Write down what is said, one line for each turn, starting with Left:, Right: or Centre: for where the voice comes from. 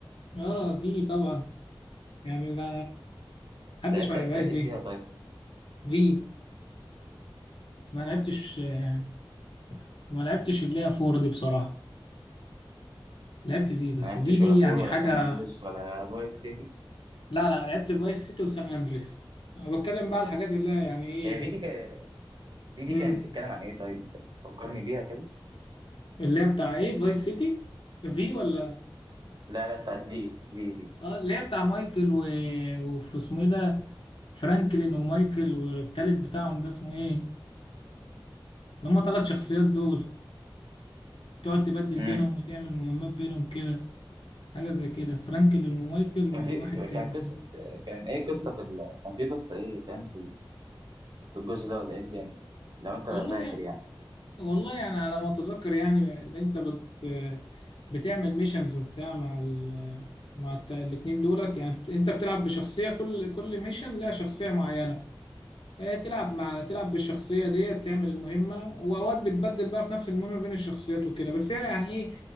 Left: اه في طبعا يعني ده محدش
Right: لعبت
Left: ما لعبهاش
Right: أجزاء
Left: دي
Right: إيه فيها طيب؟
Left: في ما لعبتش آه، ما لعبتش اللي هي فور دي بصراحة لعبت في إيه بس
Right: ما لعبتش
Left: في دي
Right: ولا
Left: يعني
Right: فور ولا
Left: حاجة
Right: سان أندريس ولا فايس سيتي
Left: لا لا لعبت فايس سيتي وسان اندريس انا بتكلم بقى على الحاجات اللي هي يعني ايه
Right: هي في دي كا- في دي
Left: امم
Right: كانت بتتكلم عن إيه طيب؟ فكرني بيها كده
Left: اللي هي بتاع ايه فايس سيتي في ولا
Right: لا لا بتاعت في في في
Left: اه اللي هي بتاع مايكل و... وفي اسمه ايه ده فرانكلين ومايكل والتالت بتاعهم ده اسمه ايه اللي هم ثلاث شخصيات دول بتقعد تبدل
Right: امم
Left: بينهم وتعمل مهمات بينهم كده حاجة زي كده فرانكلين ومايكل وواحد
Right: كان في
Left: تاني
Right: كان قصة
Left: كده
Right: كان إيه قصة في ال... كان في قصة إيه فاهم في في الجزء ده ولا إيه الدنيا لو أنت
Left: والله
Right: فاكر يعني
Left: والله انا على ما اتذكر يعني ان انت بت بتعمل ميشنز وبتاع مع ال مع الت- الاتنين دولت يعني بت- انت بتلعب بشخصية كل كل ميشن لها شخصية معينة آه، تلعب مع تلعب بالشخصية ديت تعمل المهمة واوقات بتبدل بقى في نفس المهمة بين الشخصيات وكده بس هي يعني ايه